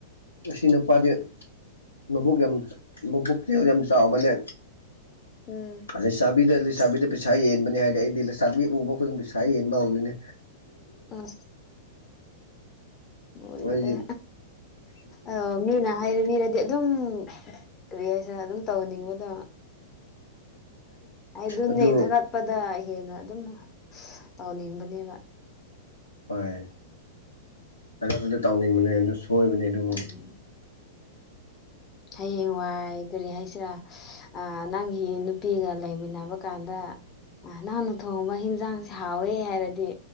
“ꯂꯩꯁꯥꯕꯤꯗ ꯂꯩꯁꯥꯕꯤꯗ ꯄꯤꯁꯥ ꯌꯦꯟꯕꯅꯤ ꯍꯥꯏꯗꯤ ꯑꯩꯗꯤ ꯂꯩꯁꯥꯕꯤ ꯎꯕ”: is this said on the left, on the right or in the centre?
Left